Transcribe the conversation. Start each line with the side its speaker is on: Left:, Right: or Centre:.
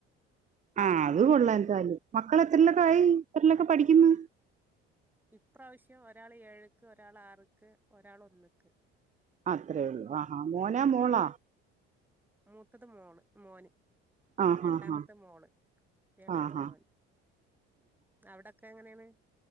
Right: ആ അത് കൊള്ളാം എന്തായാലും മക്കള് എത്രലെക്കായി
Centre: ഉം.
Right: എത്രലെക്കെ പഠിക്കിന്ന്
Centre: ഇപ്രാവശ്യം ഒരാള് ഏഴുക്ക് ഒരാള് ആറ്ക്ക് ഒരാള് ഒന്ന്ക്ക്
Right: അത്രയേ ഉള്ളു ആ ഹാ മോനാ മോളാ
Centre: ഉം. മൂത്തത് മോള് മോന്
Right: ആ
Centre: രണ്ടാമത്തെ
Right: ഹാ ഹാ
Centre: മോള് ഇളയത്
Right: ആ ഹാ
Centre: മോൻ അവിടൊക്കെ എങ്ങനെയാണ്